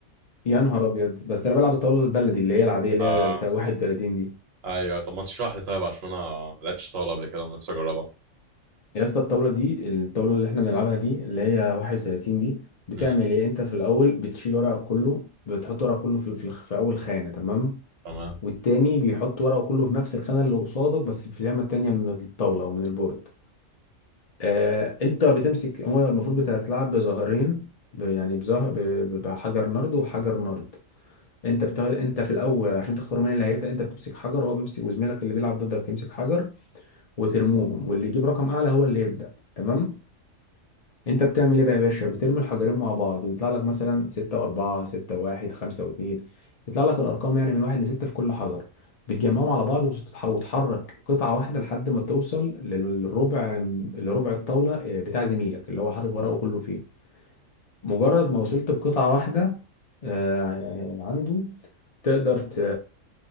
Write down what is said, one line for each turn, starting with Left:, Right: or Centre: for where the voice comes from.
Left: يا نهار ابيض بس انا بلعب الطاوله البلدي اللي هي العاديه اللي
Right: آه.
Left: هي 31 دي
Right: أيوه طب ما تشرح لي طيب عشان أنا ما لعبتش طاولة قبل كده ونفسي أجربها
Left: يا اسطى الطاوله دي الطاوله اللي احنا بنلعبها دي اللي هي 31 دي بتعمل
Right: امم
Left: ايه انت في الاول بتشيل ورقك كله بتحط ورقك كله في في, الخ- في اول خانه تمام
Right: تمام
Left: والتاني بيحط ورقه كله في نفس الخانه اللي قصادك بس في اليمه التانيه من الطاوله او من البورد آه انت بتمسك هو المفروض بتلعب بظهرين ب- يعني بظهر ب- ب- بحجر نرد وحجر نرد انت بتا... انت في الاول عشان تختار مين اللي هيبدا انت بتمسك حجر وهو بيمسك وزميلك اللي بيلعب ضدك يمسك حجر وترموهم واللي يجيب رقم اعلى هو اللي يبدا تمام انت بتعمل ايه بقى يا باشا بترمي الحجرين مع بعض ويطلع لك مثلا 6 و4 6 و1 5 و2 يطلع لك الارقام يعني من 1 ل 6 في كل حجر بتجمعهم على بعض وتتح- وتحرك قطعه واحده لحد ما توصل للربع لربع الطاوله اه، بتاع زميلك اللي هو حاطط ورقه كله فيه مجرد ما وصلت بقطعه واحده اه، عنده تقدر ت...